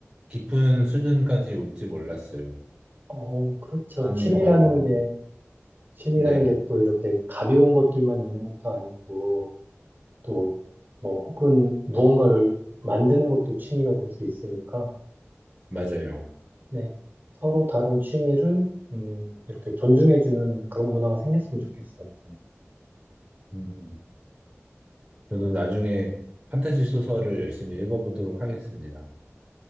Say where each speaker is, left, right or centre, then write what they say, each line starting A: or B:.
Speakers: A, on the right (about 20°); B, on the right (about 40°).
A: 깊은 수준까지 올지 몰랐어요.
B: 어, 그렇죠.
A: 많은
B: 취미라는
A: 영화를,
B: 게 취미라는
A: 네,
B: 게 또 이렇게 가벼운 것들만 있는 것도 아니고 또 뭐 혹은 무언가를 만드는 것도 취미가 될 수 있으니까.
A: 맞아요.
B: 네. 서로 다른 취미를 음, 이렇게 존중해주는 그런 문화가 생겼으면 좋겠어요. 저는.
A: 음, 저도 나중에 판타지 소설을 열심히 읽어보도록 하겠습니다.